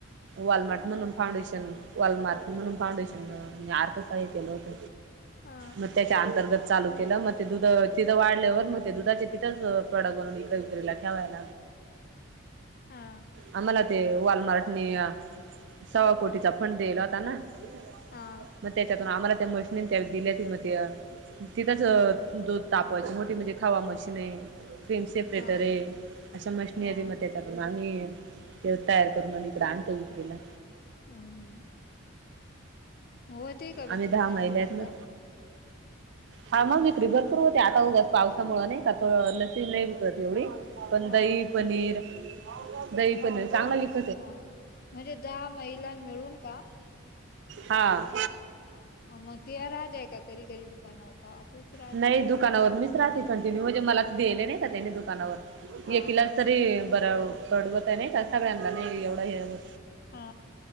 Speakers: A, on the right (about 55°); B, on the left (about 45°).
A: वालमार्ट म्हणून फाउंडेशन वालमार्ट म्हणून फाउंडेशन अर्थ साहितलं होत
B: हा
A: म त्याच्या अंतर्गत चालू केलं मग ते दुध तिथं वाढल्यावर मग ते दुधाचे तिथंच प्रॉडक्ट बनवून इथं ठेवाय लाग
B: हा
A: आ्हाला ते वाॉलमार्टनी सव्वा कोटीचा फंड दिला होता ना म
B: हा
A: त्याच्यातून आम्हाला तेमुळे त्या दिल्यात मग ते तिथंच दूध तापयची मोठी म्हणजे खावा मशीन आहे क्रीम सेपरेटर
B: हा
A: आहे अशा मशनी
B: हा
A: आहे मग त्या कार आम्ही तेव तयार करून म्ह इकडे आणतो इिकडेला
B: हम. हो ते का विक्री
A: आम्ही दहा
B: चांगली
A: महिलेत
B: धंदा
A: ना. हा मग विक्री भरपूर होते आता उगच पावसामुळे नाही का ल नाही
B: हा
A: विकत एवढी पण दही
B: हा
A: पनीर दही पनीर चांगला व
B: हा म्हणजे दहा महिलां मिळून का
A: हा
B: मग ते राहतय का कधी कधी दुकानावर का तूच राहते
A: नाही दुकानावर मीच राहते कंटिन्यू म्हणजे मला दिले नाही का त्यानी दुकानावर
B: हा
A: एकिलाच
B: हा
A: तरी बर पडवत आहे नाही कसा वमला एवढं हे
B: हा